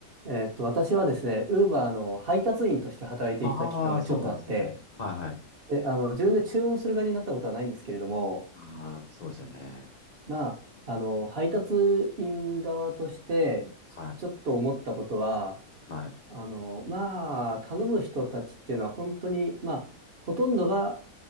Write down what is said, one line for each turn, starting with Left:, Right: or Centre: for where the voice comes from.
Right: えっと、私はですね、ウーバーの配達員として働いてきた期間がちょっとあって、
Left: ああー、そうなんですね。はいはい。
Right: で、あの、自分で注文する側になったことはないんですけれども、
Left: ああ、そうですよね。
Right: まあ、あの、配達員側として、
Left: はい、
Right: ちょっと思ったことは、
Left: はい。
Right: あの、まあ、頼む人たちっていうのは本当に、まあ、ほとんどが、